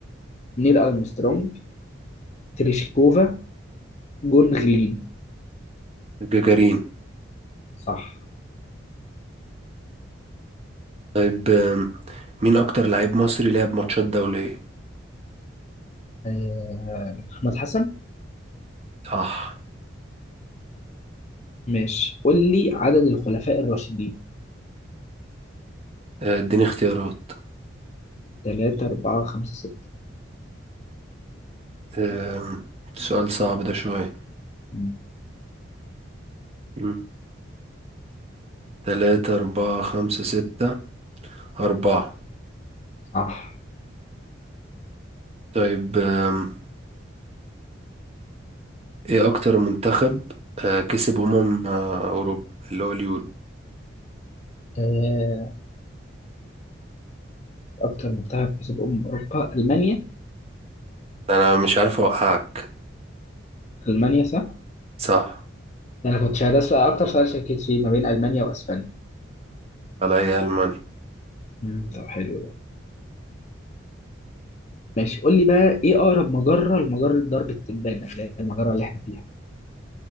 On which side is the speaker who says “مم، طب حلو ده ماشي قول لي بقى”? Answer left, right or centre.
Left